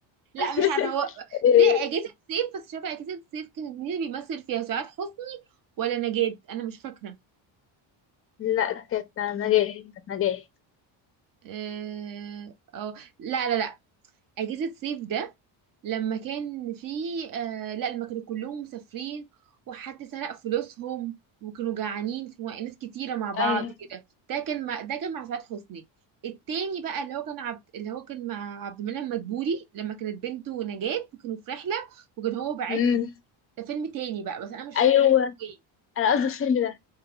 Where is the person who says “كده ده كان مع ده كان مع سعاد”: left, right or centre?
Right